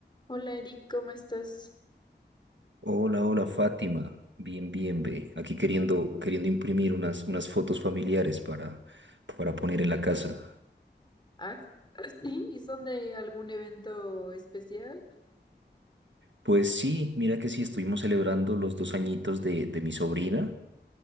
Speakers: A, on the left; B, on the right.
A: Hola Eric, ¿cómo estás?
B: Hola, hola Fátima. Bien, bien, ve. Aquí queriendo, queriendo imprimir unas, unas fotos familiares para, para poner en la casa.
A: Ah, ah, sí, ¿y son de algún evento especial?
B: Pues sí, mira que sí, estuvimos celebrando los dos añitos de, de mi sobrina.